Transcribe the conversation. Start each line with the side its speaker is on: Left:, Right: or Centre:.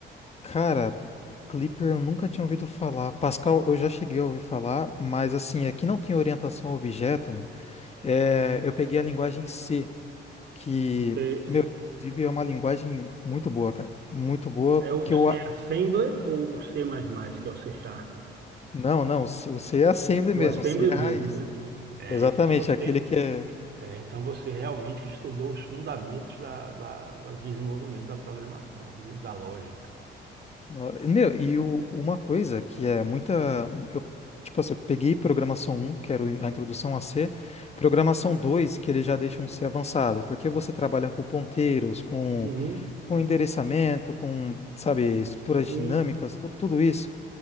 Left: Cara, Clipper eu nunca tinha ouvido falar. Pascal eu já cheguei a ouvir falar, mas assim, aqui não tem orientação a objeto, meu. É, eu peguei a linguagem C. que,
Right: Eh,
Left: meu, inclusive é uma linguagem muito boa, cara. Muito boa,
Right: É o
Left: que
Right: C
Left: eu... a-
Right: Assembler ou o C++, que é o C Sharp?
Left: Não, não, o C o C é assembly
Right: O
Left: mesmo,
Right: Assembly
Left: o C é
Right: mesmo,
Left: a raiz.
Right: né? É,
Left: Exatamente,
Right: então você
Left: é aquele que é...
Right: É, então você realmente estudou os fundamentos da, da- do desenvolvimento da programação, viu? E da lógica.
Left: no- Meu, e o- uma coisa que é muita... Eu, tipo assim, eu peguei programação um que era o- a introdução a C, programação 2 que ele já deixa um C avançado, porque você trabalha com ponteiros, com,
Right: Uhum,
Left: com endereçamento, com, sabe, estruturas
Right: sim.
Left: dinâmicas, tu- tudo isso.